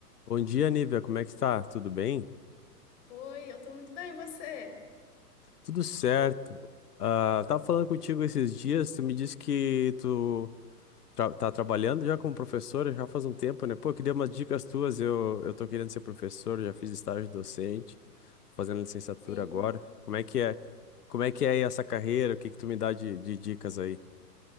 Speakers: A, on the left (about 70°); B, on the left (about 45°).
A: Bom dia, Nívia. Como é que tá? Tudo bem?
B: Oi, eu tô muito bem, e você?
A: Tudo certo. Ah, tava falando contigo esses dias, tu me disse que tu tra- tá trabalhando já como professora já faz um tempo, né? Pô, eu queria umas dicas tuas. Eu, eu tô querendo ser professor, já fiz estágio docente, tô fazendo licenciatura
B: Sim,
A: agora. Como é que é? Como é que é aí essa carreira? O que que tu me dá de, de dicas aí?